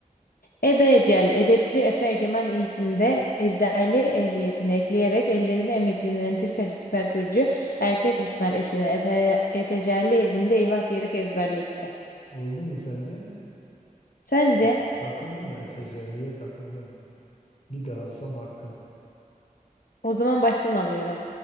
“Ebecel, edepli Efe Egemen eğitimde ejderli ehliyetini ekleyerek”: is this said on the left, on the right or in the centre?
Left